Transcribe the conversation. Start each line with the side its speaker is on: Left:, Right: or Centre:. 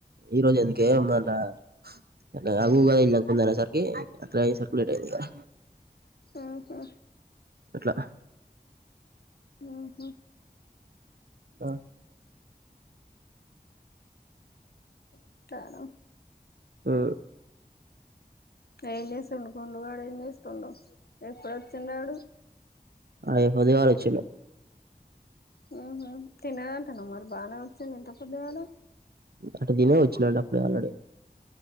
Right: ఈ రోజు ఎందుకే అమ్మ అంత ఆ ఊకే <unintelligible> సరికి అట్లా లేట్ అయ్యింది కదా
Left: ఆహా
Right: అట్లా
Left: ఆహా
Right: ఆ
Left: వతాను
Right: ఆ
Left: ఏం చూస్తుండు గుండు గాడు ఏం చేస్తుండు ఎప్పుడొచ్చిండాడు
Right: ఆ పొద్దుగాల వచ్చిండు
Left: ఆహా తిన్నదంటనా మరీ బానే వచ్చిండు ఇంత పొద్దుగాల
Right: ఆడ తినే వచ్చినాడు అప్పుడే ఆల్రెడీ